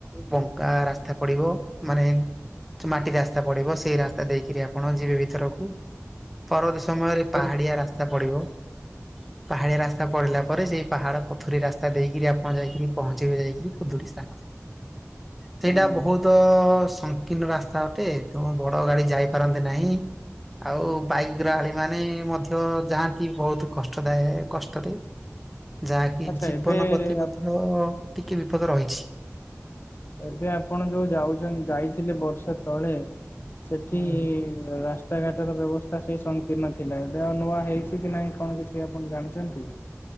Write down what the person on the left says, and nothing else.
ହୁଁ
ହଁ
ଆଚ୍ଛା
ଏବେ
ଏବେ ଆପଣ ଯୋଉ ଯାଉଛନ୍ତି - ଯାଇଥିଲେ ବର୍ଷା ତଳେ ସେଠି
ରାସ୍ ରାସ୍ତାଘାଟର ବ୍ୟବସ୍ଥା ସେଇ ସଂକୀର୍ଣ୍ଣ ଥିଲା। ଏବେ ଆଉ ନୂଆ ହେଇଛି କି ନାହିଁ କଣ କିଛି ଆପଣ ଜାଣିଛନ୍ତି?